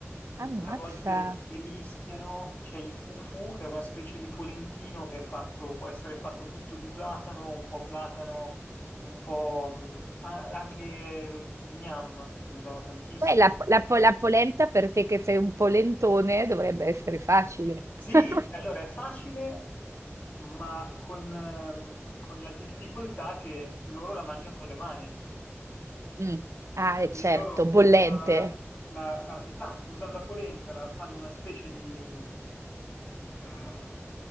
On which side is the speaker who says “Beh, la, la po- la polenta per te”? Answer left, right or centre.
Right